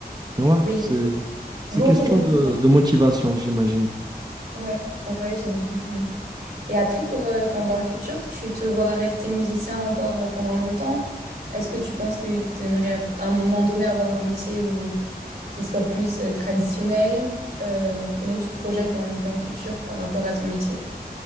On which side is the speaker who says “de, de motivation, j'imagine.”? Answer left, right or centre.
Right